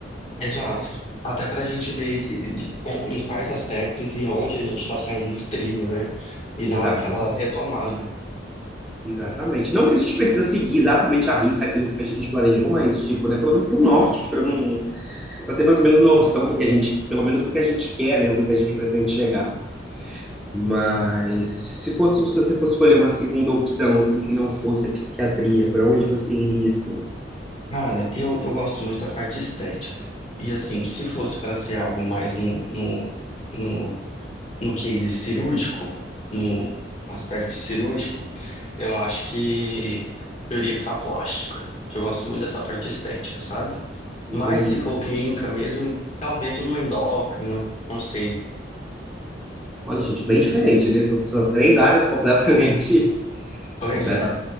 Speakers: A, on the left (about 35°); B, in the centre.
A: Exato. Até para a gente ver de- de- o- em quais aspectos e onde a gente está saindo do trilho, né? E
B: <laughs> Exatamente.
A: dar aquela retomada.
B: Exatamente. Não que a gente precisa seguir exatamente à risca aquilo que a gente planejou, mas tipo, né, pelo menos ter um norte para não, para ter mais ou menos noção do que a gente, pelo menos do que a gente quer, né, ou do que a gente pretende chegar. Mas se fosse, se você fosse escolher uma segunda opção assim que não fosse a psiquiatria, para onde você iria assim?
A: Cara, eu, eu gosto muito da parte de estética. E assim, se fosse para ser algo mais no, no, no no case cirúrgico, no aspecto cirúrgico, eu acho que eu iria para plástica, que eu gosto muito dessa parte de estética, sabe?
B: Entendi.
A: Mas se for clínica mesmo, talvez uma endócrina, não sei.
B: Olha, gente, bem diferente, né? São, são três áreas completamente
A: Pois
B: Completa,
A: é.